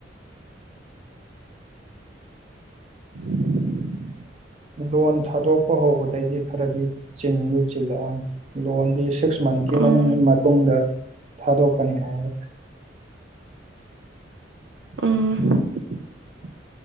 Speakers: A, on the right (about 65°); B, on the right (about 35°).
A: ꯎꯝ
B: ꯂꯣꯟ ꯊꯥꯗꯣꯛꯄ ꯍꯧꯕꯗꯩꯗꯤ ꯈꯔꯗꯤ ꯆꯤꯟꯗꯤ ꯆꯤꯜꯂꯛꯑꯅꯤ ꯂꯣꯟꯗꯤ ꯁꯤꯛꯁ ꯃꯟꯊꯀꯤ
A: ꯎꯝ
B: ꯃꯇꯨꯡꯗ ꯊꯥꯗꯣꯛꯀꯅꯤ ꯍꯥꯏ
A: ꯑꯣ